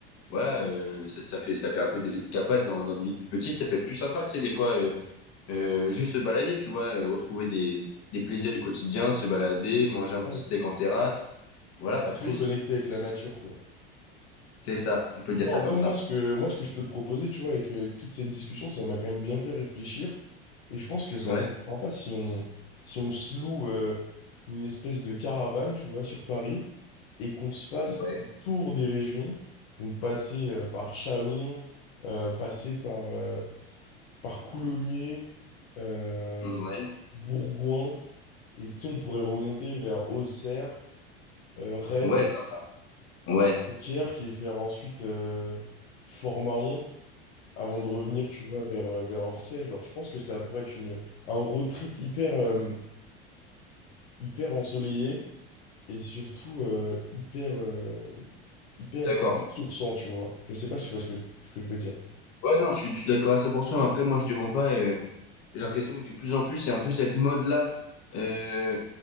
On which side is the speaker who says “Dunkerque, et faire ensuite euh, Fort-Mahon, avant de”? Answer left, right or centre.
Left